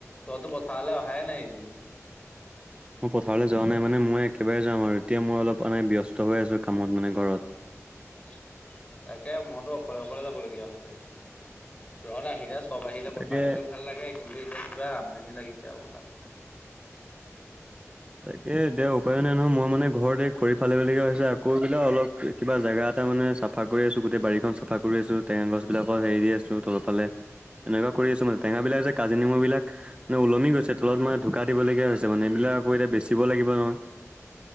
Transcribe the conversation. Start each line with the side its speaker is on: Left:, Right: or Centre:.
Left: তইতো পথাৰলে অহাই নাই একদিন
Right: মই পথাৰলৈ যোৱা নাই মানে মই একেবাৰে যাম আৰু এতিয়া মই এনেই অলপ ব্যস্ত হৈ আছো কামত মানে ঘৰত।
Left: <inaudible> তাকে মইতো অকলে -অকলে যাবলগীয়া হৈছে ৰ'দ আহিলে চব আহিলে পথাৰলৈ
Right: তাকে
Left: গৈ ভাল লাগে কিন্তু এতিয়া কিবা আমনি লাগিছে আৰু আও তাত।
Right: তাকে দে উপায় নাই নহয় মই মানে ঘৰত এই খৰি ফালি - ফালি লগীয়া হৈছে আকৌ এইবিলাক অলপ কিবা জেগাত তাৰ মানে চাফা কৰি আছো গোটেই বাৰীখন চাফা কৰি আছো টেঙা -গছ বিলাকত হেৰি দি আছো তলফালে এনেকুৱা কৰি আছ মানে
Left: উম
Right: টেঙাবিলাক যে কাজি নেমুবিলাক মানে ওলমি গৈছে তলত মানে ঢুকা দিবলগীয়া হৈছে মানে এইবিলাক আকৌ এতিয়া বেচিব লাগিব নহয়-